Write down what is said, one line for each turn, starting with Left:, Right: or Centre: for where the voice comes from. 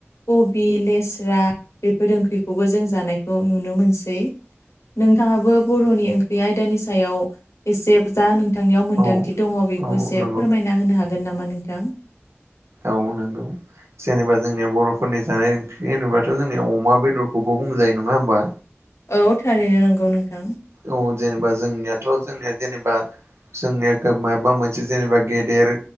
Left: कबि लेस्रा बेफोर ओंख्रिखौबो जों जानायखौ नुनो मोनसै नोंथांआबो बर'नि ओंख्रि आयदानि सायाव एसे जा नोंथांनिआव मोन्दांथि
Right: औ नंगौ। औ
Left: दङ बेखौ
Right: औ
Left: एसे
Right: नंगौ।
Left: फोरमायना होनो हागोन नामा नोंथां
Right: औ नोंगौ जेनोबा जोंनिआ बर'फोरनि जानाय ओंख्रि होनोबाथ' जोंनिया अमा बेदरखौबो बुंजायो नङा होमबा
Left: औ थारैनो नोंगौ नोंथां
Right: औ जेनोबा जोंनिआथ' जोंनिआ जेनोबा जोंनिया गा माबा मोनसे जेनोबा गेदेर